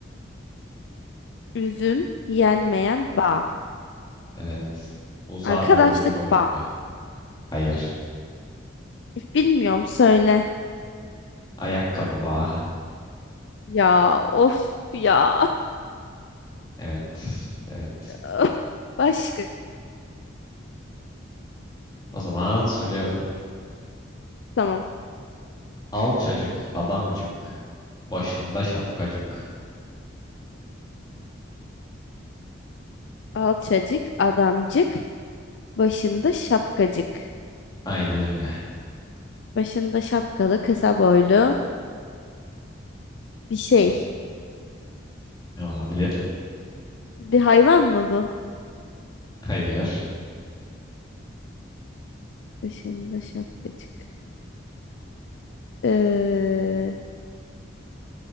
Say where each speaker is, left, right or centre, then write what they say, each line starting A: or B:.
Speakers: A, on the left; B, on the left.
A: Üzüm yenmeyen bağ.
B: Evet. Uzar
A: Arkadaşlık
B: boylu boyunca.
A: bağ.
B: Hayır.
A: Bilmiyorum söyle.
B: Ayakkabı bağ.
A: Ya of ya.
B: Evet, evet.
A: <laughs> Başka.
B: O zaman söylüyorum.
A: Tamam.
B: Alçacık, adamcık, başında şapkacık.
A: Alçacık, adamcık, başında şapkacık.
B: Aynen öyle.
A: Başında şapkalı, kısa boylu bir şey.
B: Hmm. Ne olabilir?
A: Bir hayvan mı bu?
B: Hayır,
A: Başında şapkacık. Ee,